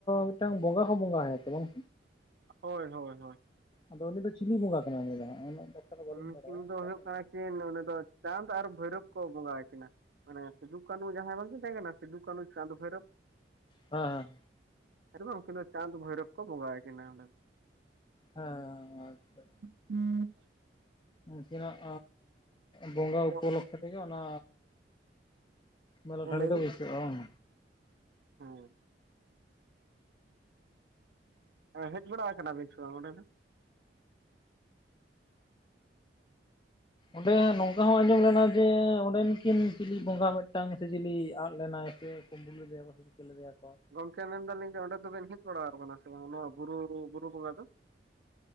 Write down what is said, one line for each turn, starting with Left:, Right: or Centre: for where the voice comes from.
Left: ᱢᱤᱫᱴᱟᱝ ᱵᱚᱸᱜᱟ ᱦᱚᱸ ᱵᱚᱸᱜᱟ ᱛᱚ ᱵᱟᱝ᱾
Right: ᱦᱳᱭ ᱦᱳᱭ ᱦᱳᱭ᱾
Left: ᱟᱫᱚ ᱩᱱᱤ ᱫᱚ ᱪᱤᱞᱤ ᱵᱚᱸᱜᱟ ᱠᱟᱱᱟᱭ ᱩᱱᱤᱴᱟᱜ ᱫᱚ? ᱵᱟᱹᱞᱤᱧ
Right: ᱩᱱᱠᱤᱱ
Left: ᱵᱟᱰᱟᱭᱟ ᱦᱮᱸ
Right: ᱫᱚ ᱦᱩᱭᱩᱜ ᱠᱟᱱᱟ ᱠᱤᱱ ᱱᱚᱸᱰᱮ ᱫᱚ ᱪᱟᱸᱫᱽ ᱟᱨ ᱵᱷᱳᱭᱨᱳᱵ ᱠᱚ ᱵᱚᱸᱜᱟ ᱟᱹᱠᱤᱱᱟ᱾ ᱢᱟᱱᱮ ᱥᱤᱫᱩ ᱠᱟᱹᱱᱩ ᱡᱟᱦᱟᱸᱭ ᱵᱟᱝᱠᱤᱱ ᱛᱟᱦᱮᱸ ᱠᱟᱱᱟ ᱥᱤᱫᱩ ᱠᱟᱹᱱᱩ ᱪᱟᱸᱫᱳ ᱵᱷᱳᱭᱨᱚᱵ᱾
Left: ᱦᱮᱸ ᱦᱮᱸ
Right: ᱵᱟᱝ ᱩᱱᱠᱤᱱ ᱫᱚ ᱪᱟᱸᱫᱽ ᱵᱷᱳᱨᱚᱵ ᱠᱚ ᱵᱚᱜᱟᱣᱟ ᱠᱤᱱᱟ ᱚᱰᱮ ᱫᱚ᱾
Left: ᱦᱮᱸ ᱟᱪᱷᱟ᱾
Right: ᱦᱮᱸ <inaudible>
Left: ᱩᱱᱠᱤᱱᱟᱜ ᱵᱚᱸᱜᱟ
Right: ᱫᱚ
Left: ᱩᱯᱚᱞᱚᱠᱠᱷᱮ ᱛᱮᱜᱮ ᱚᱱᱟᱼᱼ ᱢᱮᱞᱟ
Right: ᱦᱮᱸ
Left: ᱴᱷᱟᱺᱰᱤ
Right: ᱞᱟᱹᱭ
Left: ᱫᱚ
Right: ᱵᱤᱱ
Left: ᱵᱟᱭᱥᱟᱜ-ᱟ ᱵᱟᱝ,
Right: ᱦᱮᱸ ᱦᱮᱡ ᱵᱟᱲᱟ ᱟᱠᱟᱱᱟ ᱱᱟᱵᱤᱱ ᱥᱮ ᱵᱟᱝ ᱚᱰᱮ ᱫᱚ?
Left: ᱚᱸᱰᱮ ᱱᱚᱝᱠᱟ ᱦᱚᱸ ᱟᱸᱡᱚᱢ ᱞᱮᱱᱟ ᱡᱮ ᱚᱸᱰᱮᱱ ᱠᱤᱱ ᱪᱤᱞᱤ ᱵᱚᱸᱜᱟ ᱢᱤᱫᱴᱟᱝ ᱥᱮ ᱪᱤᱞᱤ ᱟᱫ ᱞᱮᱱᱟᱭ ᱥᱮ ᱠᱩᱢᱵᱩ ᱞᱮᱫᱮᱭᱟᱠᱚ ᱥᱮ ᱪᱤᱠᱟᱹ ᱠᱮᱞᱞᱮᱭᱟ ᱠᱚ᱾
Right: ᱜᱚᱝᱠᱮ ᱢᱮᱱ ᱫᱟᱞᱤᱧ ᱡᱮ ᱚᱸᱰᱮ ᱫᱚᱵᱮᱱ ᱦᱮᱡ ᱵᱟᱲᱟᱣ ᱠᱟᱱᱟ ᱥᱮ ᱵᱟᱝ ᱱᱚᱣᱟ ᱵᱩᱨᱩ, ᱵᱩᱨᱩ ᱵᱚᱸᱜᱟ ᱫᱚ?